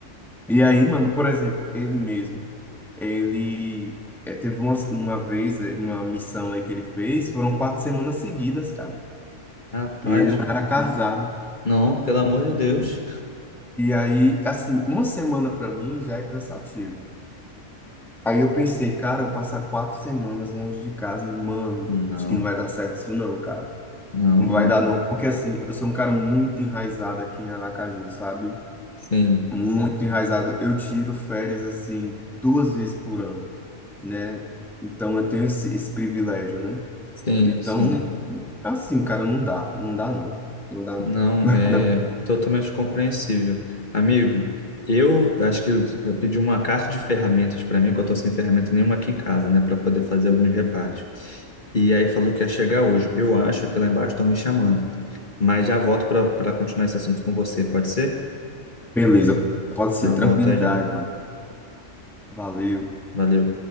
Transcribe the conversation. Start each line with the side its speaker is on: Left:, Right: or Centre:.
Centre: E aí, mano, por exemplo, ele mesmo, ele eh, teve uma, uma vez, eh, uma missão aí que ele fez, foram quatro semanas seguidas, cara.
Left: Rapaz,
Centre: E ele é um cara casado,
Left: não, pelo amor de Deus.
Centre: E aí, assim, uma semana pra mim já é cansativo. Aí eu pensei, cara, eu passar quatro semanas longe de casa, mano,
Left: Não,
Centre: acho que não vai dar certo isso não, cara.
Left: não,
Centre: Não vai
Left: não.
Centre: dar não, porque assim, eu sou um cara muito enraizado aqui em Aracaju, sabe?
Left: Sim,
Centre: Muito enraizado. Eu tiro férias, assim, duas vezes por ano, né? Então eu tenho esse, esse privilégio, né?
Left: sim,
Centre: Então,
Left: sim.
Centre: assim, cara, não dá, não dá não, não dá
Left: Não,
Centre: não. Não,
Left: é totalmente compreensível. Amigo, eu acho que eu, eu pedi uma caixa de ferramentas para mim, que eu tô sem ferramenta nenhuma aqui em casa, né, para poder fazer alguns reparos. E aí falou que ia chegar hoje. Eu acho que lá embaixo estão me chamando. Mas já volto para para continuar esse assunto com você, pode ser?
Centre: beleza, pode ser,
Left: Já volto
Centre: tranquilidade,
Left: aí já.
Centre: não. Valeu.
Left: Valeu.